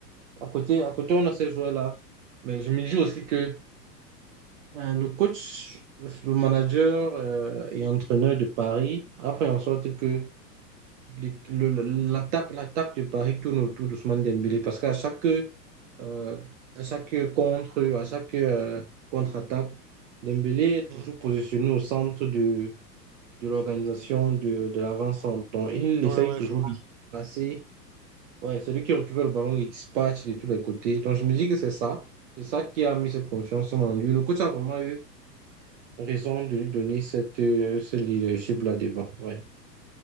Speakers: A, on the right; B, on the right.
A: À côté, à côté, on a ces joueurs-là. Mais je me dis aussi que Euh, Le coach, le manager euh, et entraîneur de Paris a fait en sorte que les- le- le- l'attaque, l'attaque de Paris tourne autour d'Ousmane Dembélé parce qu'à chaque, euh, à chaque contre, à chaque euh, contre-attaque, Dembélé est
B: Mm.
A: toujours positionné au centre de, de l'organisation de, de l'avant-centre. Donc, il
B: Ouais,
A: essaye
B: ouais,
A: toujours
B: je vois.
A: de passer. Ouais, c'est lui qui récupère le ballon, il dispatche de tous les côtés. Donc, je me dis que c'est ça. C'est ça qui a mis cette
B: Mm.
A: confiance en lui. Le coach a vraiment eu raison de lui donner cette, euh, ce leadership-là devant. Ouais.